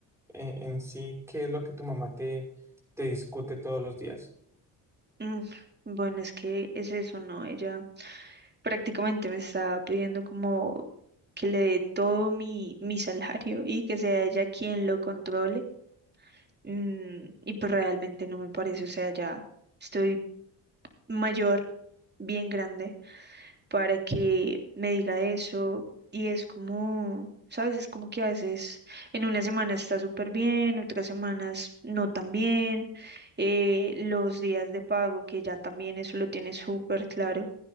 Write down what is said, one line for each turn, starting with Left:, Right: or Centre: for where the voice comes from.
Centre: eh, en sí qué es lo que tu mamá te, te discute todos los días.
Right: Mm, bueno, es que es eso, ¿no? Ella prácticamente me está pidiendo como que le dé todo mi, mi <laughs> salario y que sea ella quien lo controle. Mm, y pues realmente no me parece, o sea, ya estoy mayor, bien grande, para que me diga eso. Y es como, ¿sabes? Es como que a veces en una semana está súper bien, otras semanas no tan bien. eh, los días de pago, que ya también eso lo tiene súper claro,